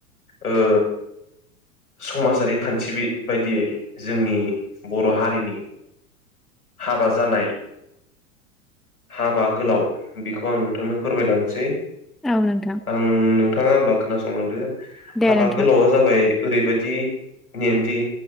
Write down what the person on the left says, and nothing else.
ओ समाजारि खान्थि बि बायदियै जोंनि बर' हारिनि हाबा जानाय हाबा गोलाव बेखौ आं नोंथांनो फोरमायलांनोसै।
आं नोंथांङा होमबा खोनासंलांदो
हाबा
गोलावा जाबाय ओरैबायदि नेम दि